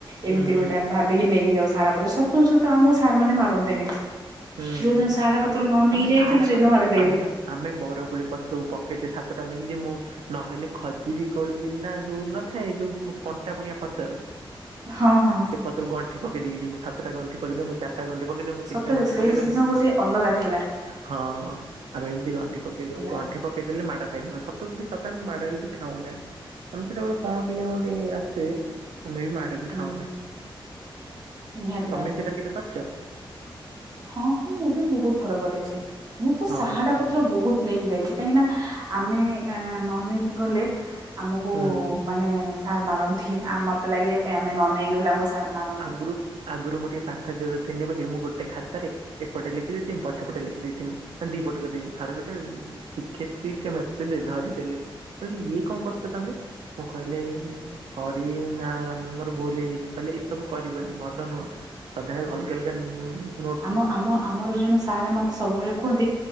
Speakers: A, on the right; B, on the right.
A: ଏମିତି
B: ହୁଁ ହୁଁ
A: ଗୋଟେ ଆମେ ଭାବି ନେଇକି ଯାଉ ସାହାଡ଼ା ପତ୍ର ସତକୁ ସତ ଆମକୁ ସାର ମାନେ ମାରନ୍ତିନି।
B: ହୁଁ
A: ଯୋଉ ଦିନ ସାହାଡା
B: ଆଗରୁ
A: ପତ୍ର ନ
B: ତମେ
A: ନେଇକି ଯାଇଥିବୁ
B: ସାହାଡା
A: ସେଇଦିନ
B: ପତ୍ର
A: ମାଡ ଖାଇବୁ।
B: ଆମେ ଆମେ ବରକୋଳି ପତ୍ରକୁ ପକେଟ ରେ ସାତଟା ନେଇକି ଯିମୁଁ ନହେଲେ ଖଜିରି କୋଳି ନା ଯୋଉ ନଥାଏ ଯୋଉ କଣ୍ଟା କୁଣିଆ ପତର
A: ହଁ ହଁ
B: ସେ ପତ୍ରକୁ ଗଣ୍ଠି ପକେଇ ଦେଇକି ଯିମୁଁ। ସାତଟା ଗଣ୍ଠି ପକେଇ ଦେମି ମୁଁ ଚାରିଟା ଗଣ୍ଠି ପକେଇଦେମି ମୁଁ
A: ସତରେ
B: ତିନଟାଗଣ୍ଠି
A: ସେ
B: ପକେଇଦେମୁଁ
A: ଦିନ ଗୋଟେ ଅଲଗା ଥିଲା
B: ହଁ ହଁ ଆମେ ଏମିତି ଗଣ୍ଠି ପକେଇ ଦଉ
A: ଥିଲା
B: ଗଣ୍ଠ ଗଣ୍ଠି ପକେଇଦେଲେ ମାଡ ଖାଇବୁନି ସତ ବି ସତ ଆମେ ମାଡ ବି ଖାଉନା। ଆମେ ସେଟା ଗୋଟେ କଣ କେଜାଣି ଗୋଟେ ଆସେ ଆମେ ବି ମା ଏ ବି
A: ହୁଁ
B: ଖାଉନା
A: ନିହାତି
B: ତମେ
A: ଭାବରେ
B: ସେଟା କେବେ କରିଛ।
A: ହଁ ହଁ ମୁଁ ବି ବହୁତ ଥର କରିଛି ମୁଁ ତ
B: ହଁ
A: ସାହାଡା ପତ୍ର ପତ୍ର ବହୁତ ନେଇକି ଯାଇଛି କାହିଁକିନା ଆମେ ନ ନେଇକି ଗଲେ ଆମକୁ
B: ହୁଁ
A: ମାନେ ସାର ମାରନ୍ତି ଆମ ମତେ ଲାଗେ ଆମେ ନ ନେଇକି ଗଲେ ଆମକୁ ସାର ମାରନ୍ତି।
B: ଆଗରୁ ଆଗରୁ ମୁଁ ଟିକେ ପାଠ ଚୋର ଥିନି ବୋଲି, ମୁଁ ଗୋଟେ ଖାତାରେ ଏପଟେ ଲେଖିଦେଇଥିଁମି, ପଛପଟେ ଲେଖି ଦେଇଥିଁମି, ମାନେ ଦି ପଟ କରି ଦେଇମ୍। ଥରେ ଗୋଟେ ଉଁ ଶିକ୍ଷେତ୍ରୀ ମେତେ ଧରିଦେଲେ। କହିଲେ ଇଏ କଣ କରୁଛ ତମେ? ମୁଁ କହିଲି ସରି ମ୍ୟା ମାମ୍ ମୋର ଭୁଲ୍ ହେଇଯାଇଛି। କହିଲେ ଏସବୁ କରିବନି ଭଲ ନୁହଁ। ସଧା ଅଲଗା ଅଲଗା ଉନ୍
A: ଆମ ଆମ ଆମର ଜଣେ ସାର୍ ମତେ ସବୁବେଳେ କୁହନ୍ତି,